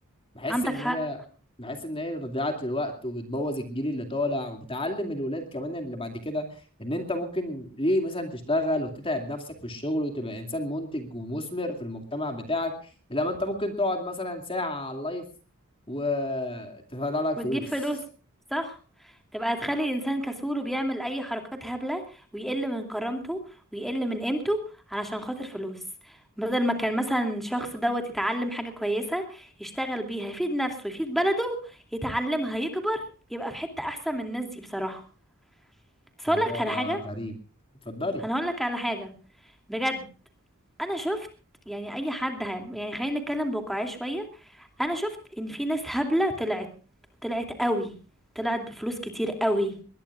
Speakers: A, on the left; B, in the centre.
A: بحس
B: عندك
A: ان
B: حق
A: هي بحس ان هي ضيعت للوقت وبتبوظ الجيل اللي طالع وبتعلم الولاد كمان اللي بعد كده ان انت ممكن ليه مثلا تشتغل وتتعب نفسك في الشغل وتبقى انسان منتج ومثمر في المجتمع بتاعك لما انت ممكن تقعد مثلا ساعة على اللايف وتطلع لك
B: وتجيب
A: فلوس
B: فلوس صح تبقى تخلي الانسان كسول وبيعمل اي حركات هبله ويقل من كرامته ويقل من قيمته علشان خاطر فلوس بدل ما كان مثلا شخص دوت يتعلم حاجه كويسه يشتغل بيها يفيد نفسه يفيد بلده يتعلمها يكبر يبقى في حته احسن من الناس دي بصراحه بس
A: موضوع
B: اقول لك على حاجه
A: غريب اتفضلي
B: انا هقول لك على حاجه بجد انا شفت يعني اي حد ه... يعني خلينا نتكلم بواقعيه شويه انا شفت ان في ناس هبله طلعت طلعت قوي طلعت بفلوس كتير قوي